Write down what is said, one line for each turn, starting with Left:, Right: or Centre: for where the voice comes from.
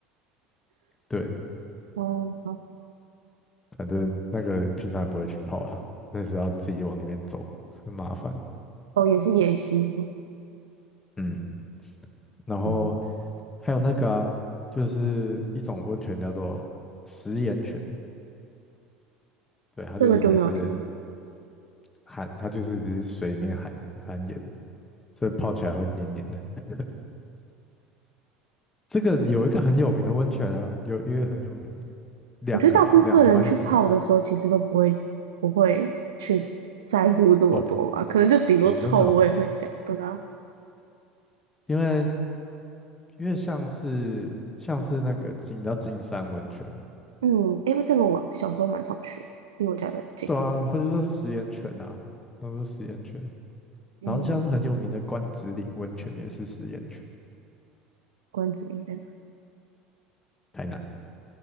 Left: 对，
Right: 哦，好
Left: 反正那个平常也不会去泡啦，那是要自己往里面走，很麻烦。
Right: 哦，也是野溪是吗？
Left: 嗯，然后
Right: 嗯，
Left: 还有那个啊，就是一种温泉叫做食盐泉，对，它就是只是
Right: 这个就没有听过。
Left: 含，它就是只是水里面含含盐，所以泡起来会黏黏的。这个有一个很有名的温泉啊，有一个很有名。两个啦，
Right: 我觉得大部分人去泡的时候，
Left: 两个蛮有名
Right: 其实都不会不会去在乎这么多吧，
Left: 哦
Right: 可能就顶多臭味会讲。
Left: 哦，真的哦，
Right: 对啊，
Left: 因为因为像是像是那个金，叫知道金山温泉嘛？
Right: 嗯，诶，这个我小时候蛮常去，因为我家比较近。
Left: 对啊，它就说是食盐泉啊，他说食盐泉。
Right: 嗯，
Left: 然后像是很有名的关子岭温泉也是食盐泉，
Right: 关子岭在哪？
Left: 台南